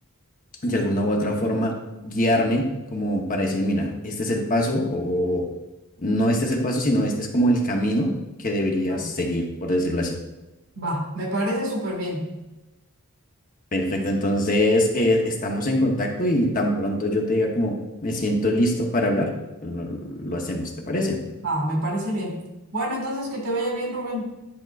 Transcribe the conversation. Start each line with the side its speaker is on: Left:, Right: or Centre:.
Left: de alguna u otra forma guiarme como para decir, mira, este es el paso o no este es el paso, sino este es como el camino que deberías
Right: Va,
Left: seguir, por decirlo así.
Right: va, me parece súper bien.
Left: Perfecto, entonces eh, estamos en contacto y tan pronto yo te diga como me siento listo para hablar, lo, lo hacemos, ¿te parece?
Right: Va, me parece bien. Bueno, entonces que te vaya bien, Rubén.